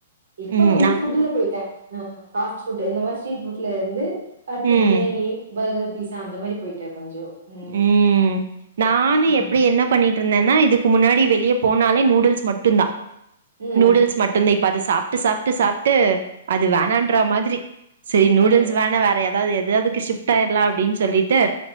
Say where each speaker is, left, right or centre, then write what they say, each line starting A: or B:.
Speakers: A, on the right (about 85°); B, on the right (about 65°).
A: இப்ப
B: ம்
A: வந்து
B: நா
A: ஃபுட்டுல போயிட்டே ஆ ஃபாஸ்ட் ஃபுட் இந்த மாரி ஸ்ரிட் ஃபுட் ல இருந்து அடுத்து
B: ம்
A: பிரியாணி பர்கர் பீஸா அந்த மாரி போய்ட்டே கொஞ்சோ ம்
B: உம்ம் நானு
A: ம்
B: எப்டி என்ன பண்ணிட்டிருந்தேன்னா இதுக்கு முன்னாடி வெளிய போனாலே நூடுல்ஸ் மட்டுந்தா
A: ம்
B: நூடுல்ஸ் மட்டுந்தே இப்ப அது சாப்ட்டு சாப்ட்டு சாப்ட்டு அது வேணான்ற மாரி செரி
A: ம்
B: நூடுல்ஸ் வேணா வேற எதாது எது தாதுக்கு ஷிஃப்ட் ஆய்ட்லா அப்டின் சொல்லிட்டு